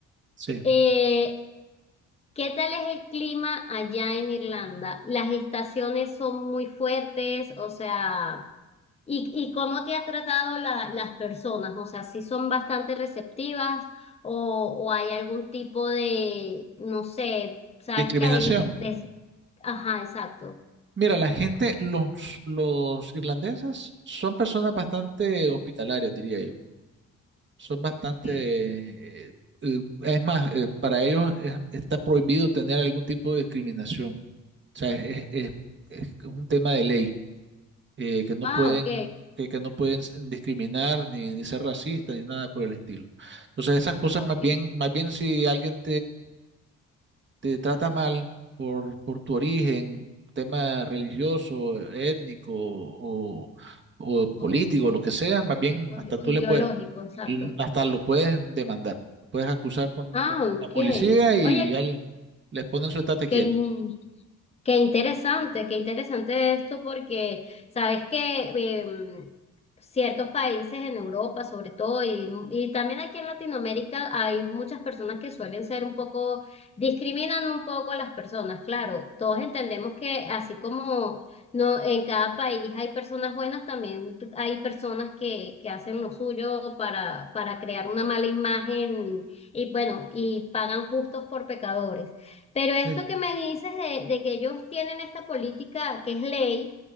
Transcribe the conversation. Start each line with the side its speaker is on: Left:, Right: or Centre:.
Right: sí.
Left: Eh, ¿Qué tal es el clima allá en Irlanda? ¿Las estaciones son muy fuertes? O sea... ¿Y, y cómo te ha tratado la- las personas? O sea, si son bastante receptivas o, o hay algún tipo de, no sé, sabes
Right: Discriminación.
Left: que hay, ves- ajá, exacto.
Right: Mira, la gente, los, los irlandeses son personas bastante hospitalarias, diría yo. Son bastante...
Left: Ok.
Right: eh, eh, es más, eh, para ellos es- está prohibido tener algún tipo de discriminación. O sea, es, es- es un tema de ley, eh, que no
Left: Ah,
Right: pueden,
Left: ok,
Right: que, que no pueden s- discriminar ni, ni ser racistas ni nada por el estilo. Entonces, esas cosas
Left: ok.
Right: más bien, más bien si alguien te trata mal por, por tu origen, tema religioso, étnico o, o político,
Left: Oh,
Right: lo que sea, más bien
Left: O-
Right: hasta tú
Left: o
Right: le
Left: ideológico,
Right: puedes,
Left: exacto.
Right: hasta lo puedes demandar, puedes acusar con,
Left: Ah,
Right: con
Left: ok.
Right: la policía y
Left: Oye,
Right: ya le- les ponen su estate
Left: que
Right: quieto.
Left: Qué interesante, qué interesante esto porque sabes que em, ciertos países en Europa, sobre todo, y, y también aquí en Latinoamérica, hay muchas personas que suelen ser un poco, discriminan un poco a las personas. Claro, todos entendemos que así como no, en cada país hay personas buenas, también hay personas que, que hacen lo suyo para, para crear una mala imagen y bueno, y pagan justos por pecadores. Pero esto
Right: Sí,
Left: que me dices de, de que ellos tienen esta política que es ley,